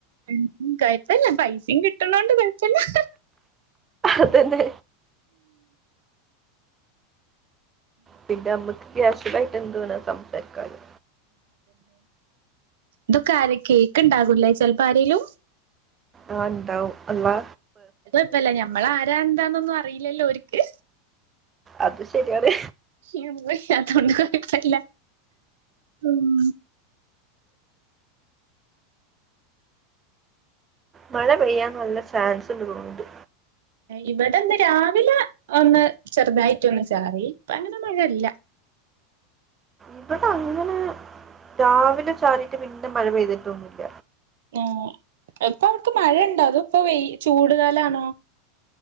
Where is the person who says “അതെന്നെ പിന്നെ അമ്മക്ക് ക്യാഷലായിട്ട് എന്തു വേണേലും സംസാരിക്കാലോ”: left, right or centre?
Right